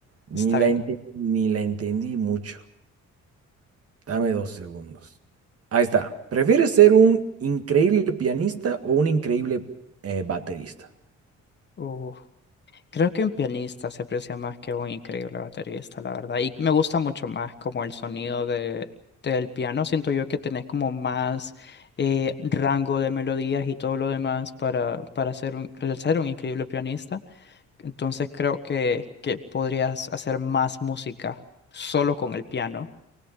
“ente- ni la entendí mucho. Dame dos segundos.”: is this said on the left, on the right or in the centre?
Right